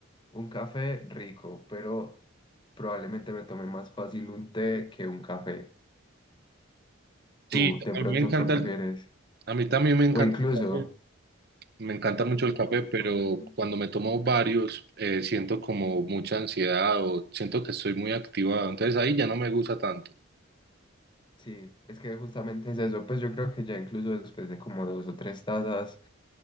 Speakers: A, on the left; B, on the right.
A: un café rico, pero probablemente me tome más fácil un té que un café.
B: Sí,
A: ¿Tú de
B: a
A: pronto
B: mí me encanta
A: qué prefieres?
B: el- a mí también me encanta
A: O incluso,
B: el café. Me encanta
A: o incluso
B: mucho el
A: el
B: café,
A: café
B: pero
A: con...
B: cuando me tomo varios, eh, siento como mucha ansiedad o siento que estoy muy activado. Entonces, ahí ya no me gusta tanto.
A: Sí, es que justamente es eso, pues yo creo que ya incluso después de como dos o tres tazas,